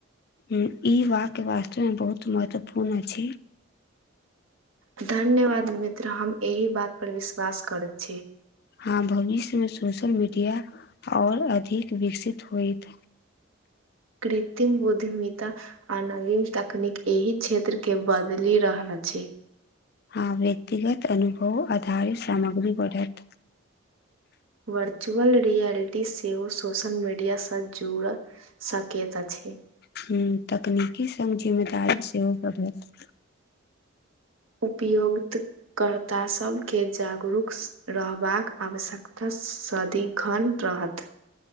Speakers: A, on the left (about 50°); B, on the right (about 75°).
A: ई वाक्य वास्तमे बहुत महत्वपूर्ण अछि
B: धन्यवाद मित्र हम एहि बात पर विश्वास करैत छी
A: हँ भविष्य मे सोशल मीडिया आऔर अधिक विकसित होयइत
B: कृत्रिम बुद्धिमिता आ नवीन तकनीक एहि क्षेत्र के बदलि रहल अछि
A: हँ व्यक्तिगत अनुभव आधारित सामग्री बढ़त
B: वर्चुअल रियलिटी सेहो सोशल मीडियासँ जुड़ल सकैत अछि
A: ह तकनीकी सग जिम्मेदारी सेहो बढ़लत
B: उपयोग कर्ता सबके जागरूक रहबाक आवश्यकता सदी अखन रहत